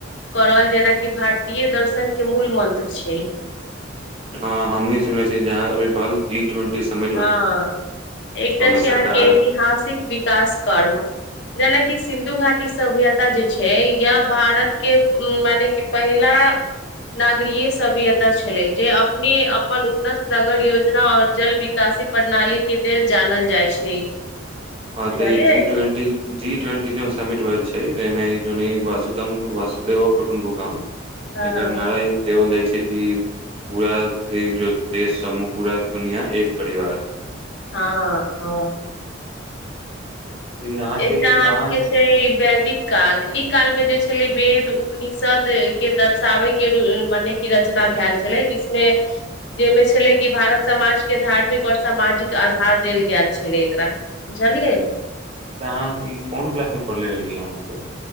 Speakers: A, on the left; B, on the right.
A: करल जेनाकि भारतीय दर्शन के मूल मंत्र छै
B: हँ हमी सुनने छियै जहाँ अभी बलजीत जोन टिसन
A: हँ एकटा छै
B: सरकार
A: अहाँके ऐतिहासिक विकास कर्म जेनाकि सिन्धु घाटीभ्यता जे छै य भारत के मने कि पहिला नागरीय सभ्यता छलै जे अपने अपन उन्नत नगर योजना आऔर जल काशी प्रणाली के लेल जानल जाइ छै
B: अ
A: बुझलियै
B: तऽ जी ट्वेंट जी ट्वेंटी जोन समिट भेल छै ताहिमे जोन वासुतम वासुदेव कुटुम्बकम
A: हँ
B: एक नाराइ केयो ल‌ई छै कि पूरा जो देश समू पूरा दुनिया एक परिवार
A: हँ हँ
B: तऽ अहाँके
A: एकटा
B: अहाँ
A: आके फेर वैदिक काल ई काल में जे छलै वेद उपनिषद के दर्शाबै के मने की रचना भ गेल छलै जिसमे जहिमे छलै कि भारत समाज के धार्मिक आऔर सामाजिक आधार देल गेल छलै एकरा जलियै
B: तऽ अहाँ ई कोन क्लास मे पढ़ले रहलियै अहाँ ई सभ